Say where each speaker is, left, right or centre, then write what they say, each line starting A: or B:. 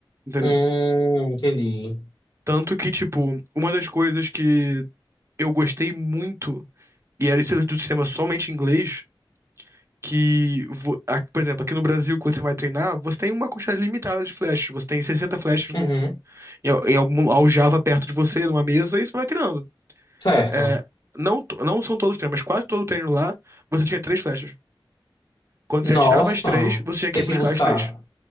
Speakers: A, on the right; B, on the left.
A: entendeu?
B: Hum, entendi.
A: Tanto que, tipo, uma das coisas que eu gostei muito, e era isso do sistema somente em inglês, que, vo- a- por exemplo, aqui no Brasil, quando você vai treinar, você tem uma quantidade limitada de flechas. Você tem 60 flechas
B: Uhum,
A: no, em, al- em algum aljava perto de você, numa mesa, e você vai treinando.
B: certo.
A: É, não, to- não são todos os treinos, mas quase todo treino lá, você tinha três flechas. Quando
B: Nossa,
A: você atirava as três, você tinha
B: tem
A: que ir buscar
B: que buscar.
A: as três,